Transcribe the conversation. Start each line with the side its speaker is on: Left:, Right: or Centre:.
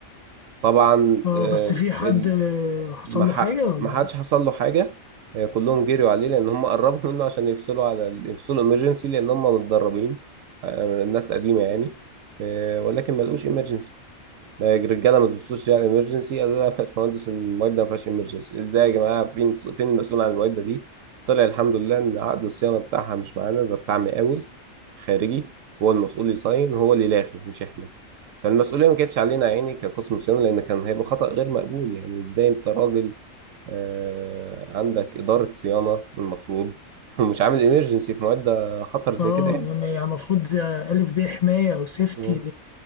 Right: طبعا
Left: اه
Right: آه،
Left: بس في حد
Right: ال-
Left: آه، حصل
Right: ما ح-
Left: له حاجة ولا
Right: ما حدش
Left: إيه؟
Right: حصل له حاجة آه، كلهم جريوا عليه لأن هم قربوا <laughs> منه عشان يفصلوا على ال- يفصلوا إمرجنسي لأن هم متدربين آه، الناس قديمة يعني آه، ولكن ما لقوش إمرجنسي ده الرجاله ما تبصوش يعني ايمرجنسي قالوا لا يا باشمهندس المواد ده ما فيهاش ايمرجنسي ازاي يا جماعه فين فين المسؤول عن المواد دي طلع الحمد لله ان عقد الصيانه بتاعها مش معانا ده بتاع مقاول خارجي هو المسؤول يصين هو اللي لاغي مش احنا فالمسؤوليه ما كانتش علينا يا عيني كقسم صيانه لان كان هيبقى خطا غير مقبول يعني ازاي انت راجل آه عندك اداره صيانه المفروض <laughs> ومش عامل ايمرجنسي في مواد خطر زي
Left: اه
Right: كده يعني
Left: لما- يعني المفروض آه، ألف بيه حماية أو سيفتي
Right: آه،